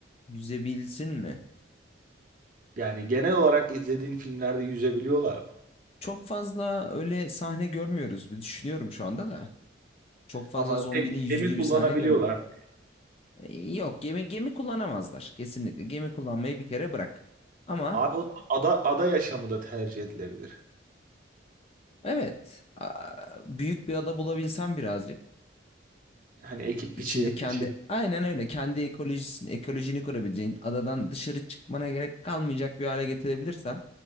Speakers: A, on the left; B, on the right.
A: yüzebilsin mi?
B: Yani genel olarak izlediğin filmlerde yüzebiliyorlar mı?
A: Çok fazla öyle sahne görmüyoruz bir düşünüyorum şu anda da. Çok fazla
B: Ama
A: zombinin
B: tek
A: yüzdüğü
B: gemi kullanabiliyorlar.
A: bir sahne görmüyor.
B: mı?
A: E, Yok gemi gemi kullanamazlar kesinlikle. Gemi kullanmayı bir kere bırak. Ama
B: Abi o zaman ada, ada yaşamı da tercih edilebilir.
A: evet a- büyük bir ada bulabilsen birazcık
B: Hani ekip
A: içinde
B: biçi,
A: kendi
B: biçi.
A: aynen öyle kendi ekolojisini ekolojini kurabileceğin adadan dışarı çıkmana gerek kalmayacak bir hale getirebilirsen